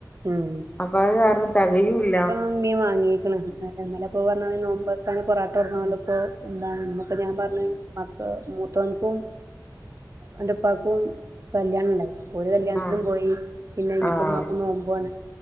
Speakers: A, on the right (about 40°); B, on the left (about 20°).
A: ഉം
B: അപ്പൊ അത് കാരണം തികയും ഇല്ല
A: ഇന്ന് മീൻ വാങ്ങീക്ക്ണ് എന്നലെ ഇ പറഞ്ഞ മിതിരി നോമ്പർക്കാൻ പൊറാട്ട കൊടുന്നത് കണ്ടപ്പോ എന്താ അപ്പം ഞാൻ പറഞ്ഞി മക്കള് മൂത്തോൻക്കും എന്റെ ഉപ്പാക്കും കല്യാണം ഉണ്ടായിരുന്നു ഒരു കല്യാണത്തിലും
B: ആഹ്
A: പോയി പിന്നെ എനിക്കും
B: ആഹ്
A: ഉമ്മാക്കും നോമ്പും ആണ്